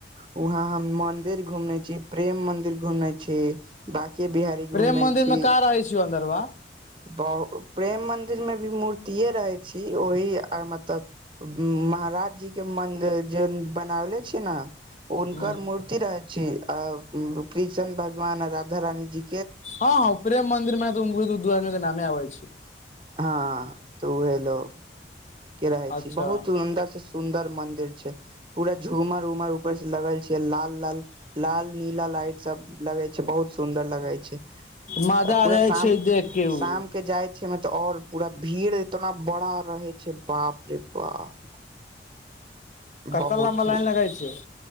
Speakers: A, on the right; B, on the left.
A: वहाँ हम मंदिर घूमने छी प्रेम मंदिर घुमने छी बा के बिहारी घूमनाइ
B: प्रेम मंदिर
A: छी
B: मे का रहै छियौ अन्दरबा
A: बहु प्रेम मदिरमे भी मूर्तिये रहै छी ओहि मतलब महाराज जी के मन्दिर जे बनावले छी न हुनकर
B: हँ
A: मूर्ति रहैत छी आ किशन भगवान आ राधा रानीजी
B: हँ हँ प्रेम मन्दिरमेने तऽ उहे दु दु आदमी के नामे आबै छै
A: हँ तऽ उहे लोग के रहै
B: अच्छा
A: छी बहुत उ अन्दर से सुन्दर मन्दिर छै पूरा झूमर उमर उपर लगल छै लाल लाल लाल नीला लाइट सब लगे छै बहुत सुंदर लगे छै
B: माजा
A: पूरा
B: आ जाय
A: शाम
B: छै देख के उ
A: शाम के जाय छै ओयमे तब और पूरा भीड़ एतना बड़ा रहे छै बाप रे बाप
B: कतअ
A: बहुत
B: लंबा
A: भीड़
B: लाइन लगाइ छै